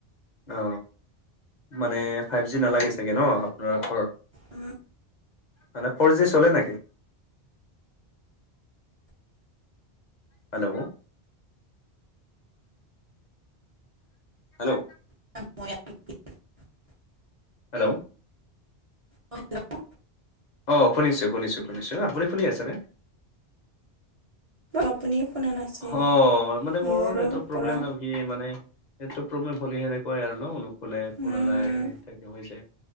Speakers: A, on the left; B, on the right.
A: অ মানে ফাইভ জি নালাগে চাগে ন আপোনাৰ ঘৰত।
B: উম,
A: মানে ফৰ জি চলে নেকি?
B: <inaudible>
A: হেল্ল' হেল্ল'
B: <unintelligible>
A: হেল্ল'
B: ক'ত যাবা?
A: অ শুনিছো শুনিছো শুনিছো। আপুনি শুনি আছেনে?
B: আপুনি শুনা নাছিল
A: হ মানে
B: মোৰৰ
A: মোৰ নেটৱৰ্ক
B: পৰা
A: প্ৰব্লেম ন কি মানে। নেটৱৰ্ক প্ৰব্লেম হ'লে সেনেকুৱাই আৰু নুশুনে শুনা
B: উম
A: নাই সেনেকা হৈ যায়।